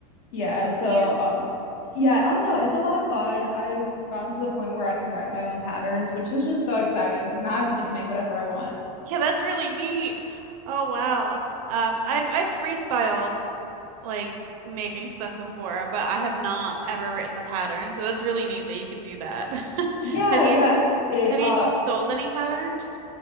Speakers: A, on the left; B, on the right.
A: Yeah, so
B: You
A: um, yeah, I don't know. It's a lot of fun. I've gotten to the point where I can write my own patterns, which is just so exciting because now I can just make whatever I want.
B: Yeah, that's really neat. Oh wow. Um, I've I've freestyled like making stuff before, but I have not ever written a pattern. So that's really neat that you can do that. <laughs>
A: Yeah,
B: Have you
A: yeah. It
B: have
A: uh,
B: you sold any patterns?